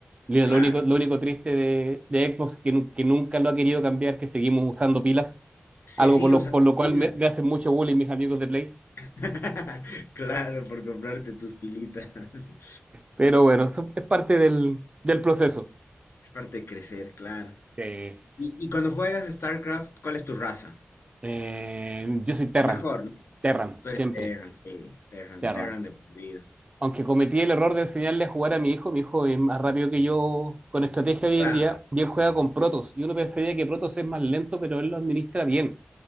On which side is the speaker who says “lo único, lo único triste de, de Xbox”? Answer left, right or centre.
Right